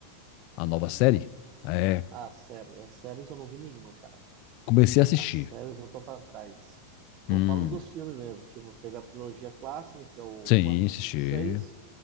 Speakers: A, on the left (about 50°); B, on the right (about 45°).
A: a nova
B: Andor.
A: série. É,
B: Ah, sério. As séries eu não vi nenhuma, cara.
A: comecei a assistir.
B: As séries eu tô pra trás.
A: Hum,
B: Bom, falo dos filmes mesmo. Tipo, teve a trilogia clássica, que é o
A: sim,
B: 4,
A: assisti.
B: 5, 6.